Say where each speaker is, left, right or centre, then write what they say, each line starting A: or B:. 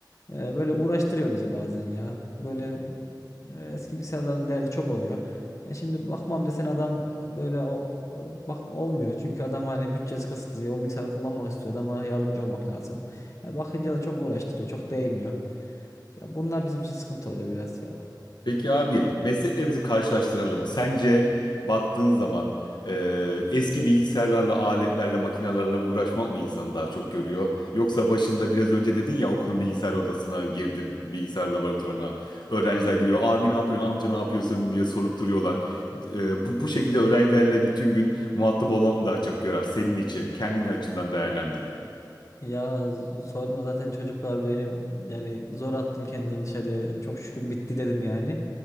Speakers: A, on the left; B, on the left.
A: e, böyle uğraştırıyor bizi bazen ya. Böyle e, eski bilgisayarların değeri çok oluyor. E şimdi bakmam desen adam e, böyle o, o- bak olmuyor. Çünkü adam hani bütçesi kısıtlı. O bilgisayarı kullanmak istiyor. Adama yardımcı olmak lazım. E, bakınca da çok uğraştırıyor. Çok değmiyor. Ya bunlar bizim için sıkıntı oluyor biraz ya.
B: Peki abi mesleklerimizi karşılaştıralım mı? Sence baktığın zaman e, eski bilgisayarlarla, aletlerle, makinelerle uğraşmak mı insanı daha çok görüyor? Yoksa başında biraz önce dedin ya okulun bilgisayar odasına girdim, bilgisayar laboratuvarına. Öğrenciler giriyor abi ne yapıyorsun, amca ne yapıyorsun diye sorup duruyorlar. E, bu, bu şekilde öğrencilerle bütün gün muhatap olmak mı daha çok görer senin için? Kendini açından değerlendirin.
A: Ya z- sorma zaten çocuklar benim yani zor attım kendimi dışarıya. Çok şükür bitti dedim yani.